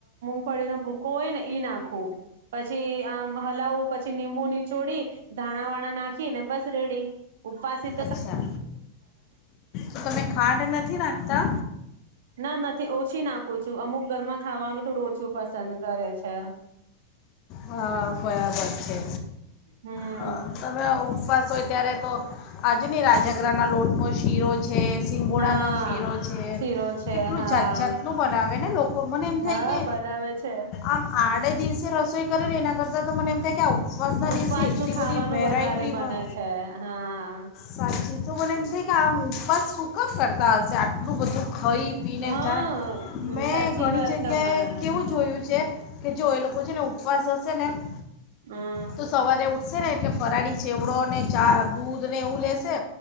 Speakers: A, on the right; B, on the left.
A: ફળીનો ભૂકો હોય ને ઈ નાખવું પછી આમ હલાવું પછી ીંબુ નીચોડી ધાણા વાણા નાખીને બસ રેડી ઉપવાસી.
B: અચ્છા તો તમે ખાંટ. નથી નાખતા.
A: ના નથી ઓછી નાખું છું અમુક ઘરમાં ખાવાનું થોડું ઓછું પસંદ કરે છે.
B: હા બરાબર છે.
A: હમ
B: હ તમે આવું. હોય ત્યારે તો. આજુની રાજાગ્રના લોટનો શીરો છે સિંગોડાનો
A: હા
B: શીરો છે
A: શીરો છે
B: કેટલું
A: હા
B: જાત જાતનું બનાવે ને લોકો મને એમ થાય
A: હા
B: કે
A: બનાવે છે
B: આમ આડે દિવસે રસોઈ. એના કરતા તો મને એમ ક કે આવું. ઉપવાસ દસે
A: ઉપવાસ
B: એટલી
A: નું ખાવાનું
B: બધી વેરાયટી
A: વધારે બને
B: વા
A: છે હા
B: સાચી તો બને એમ કે આમ ઉપવાસ ફૂક કરતા. તશે આટલું બજું. ખાઈ પીને એ
A: હા
B: જાણે મેં
A: સાચી
B: ઘણી
A: વાત
B: જગ્યાએ
A: તમે
B: કેવું જોયું છે. કે જો એ લોકો છે ને. પાસ. મ
A: હમ
B: તું સવારે ઉઠ. હશે ને એટલે ફરાળ છેવડો ને ચા દૂધ ને એવું લેશે.